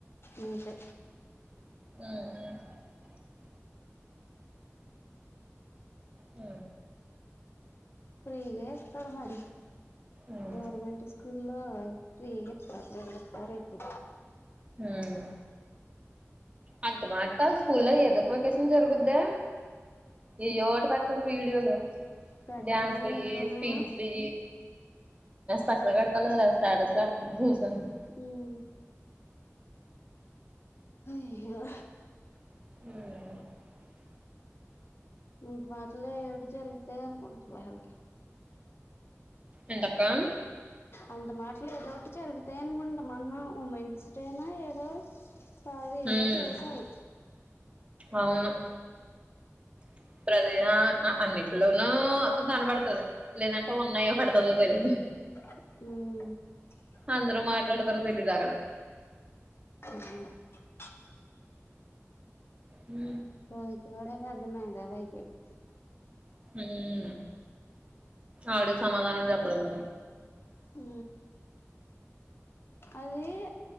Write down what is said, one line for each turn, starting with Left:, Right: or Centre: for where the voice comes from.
Left: ఇంతే
Right: ఉ ఉ
Left: ఫ్రీగా తడ మరి
Right: ఉమ్
Left: గవర్నమెంటు స్కూల్ హలో శీ <unintelligible> ఇత్తారేంటి
Right: మ్ అంత మాట కాలు స్కూల్లో ఏదో ఒక వెకేషన్ జరుగుద్దా ఈ ఏదో ఒకటి పెడు వీడియోలో
Left: పెట్టిందని
Right: డ్యాన్స్ లే,
Left: ఇట్లనా
Right: స్పీచ్ లే పచ్చలా కడతాలస్తటాసలు కతుూస <unintelligible>
Left: ఉమ్ అయ్యో
Right: ఆ
Left: ఇంత మాటలో ఏడు జరుగుతాయి అనుకుంటుది వాళ్ళకి.
Right: ఏంటక్కా
Left: అంత మాట్లా ఏదో ఒకటి జరుగుతాయి అనుకుంటా, మొన్న ఉమెన్స్ డే నో ఏదో సారి,
Right: హ్మ్
Left: ఏదో చేసారు.
Right: అవును అ ప్రడుద <unintelligible> అన్నింటిలోనూ కనపడుతుంది లేదంటే ఉన్నాయో పడుతాదో తెలీదు.
Left: మ్
Right: అందరూ మాట్లాడతారు తెలీదాగడ
Left: అ <unintelligible>
Right: మ్
Left: రోహిత్ గాడే పెద్ద మేధావి అయిపోయిండు.
Right: ఉ ఆడి కి సమాధానం చెప్పలేం.
Left: మ్ అది